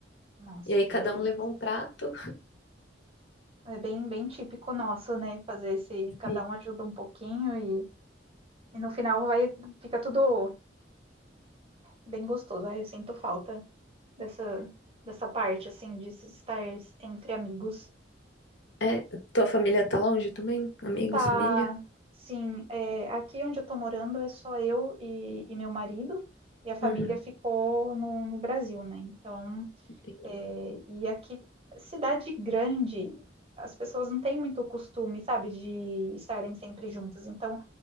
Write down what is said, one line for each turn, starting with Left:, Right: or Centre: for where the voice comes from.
Right: Nossa,
Left: E aí
Right: que
Left: cada
Right: delícia.
Left: um levou um prato.
Right: É bem, bem típico nosso, né? Fazer esse, cada
Left: Sim.
Right: um ajuda um pouquinho e, e no final vai, fica tudo bem gostoso. Ai, eu sinto falta dessa, dessa parte, assim, de se estar entre amigos.
Left: É, tua família tá longe também? Amigos,
Right: Tá,
Left: família?
Right: sim, é, aqui onde eu tô morando é só eu e, e meu marido, e a família
Left: Uhum,
Right: ficou no, no Brasil, né? Então,
Left: entendi.
Right: é, e aqui, cidade grande, as pessoas não têm muito costume, sabe, de estarem sempre juntas. Então,